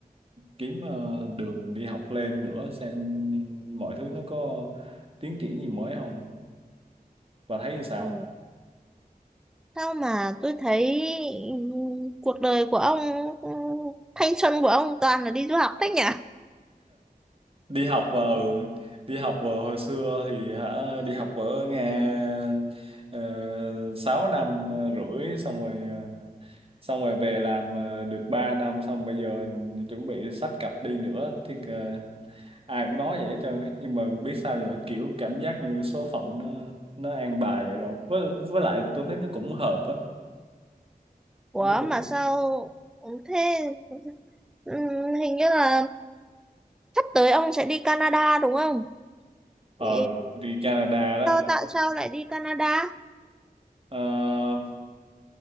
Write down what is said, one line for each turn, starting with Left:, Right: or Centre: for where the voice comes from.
Right: kiếm ờ, đường đi học lên nữa xem mọi thứ nó có tiến triển gì mới không và thấy như sao
Centre: Ừ. Sao mà tôi thấy ừ, cuộc đời của ông ừ, thanh xuân của ông toàn là đi du học thế nhỉ?
Right: đi học ờ, đi học ờ, hồi xưa thì hả đi học ở Nga uh, 6 năm ờ, rưỡi xong rồi ờ, xong rồi về làm ờ, được ba năm xong bây giờ chuẩn bị xách cặp đi nữa thì ờ, ai cũng nói vậy hết trơn á nhưng mà biết sao giờ kiểu cảm giác như số phận nó nó an bài vậy rồi với với lại tôi thấy nó cũng hợp á
Centre: Ủa
Right: nó cũng
Centre: mà sao ừ, thế ừ, hình như là sắp tới ông sẽ đi Canada đúng không?
Right: ờ
Centre: Thì
Right: đi Canada đó
Centre: sao tại sao lại đi Canada?
Right: Ờ,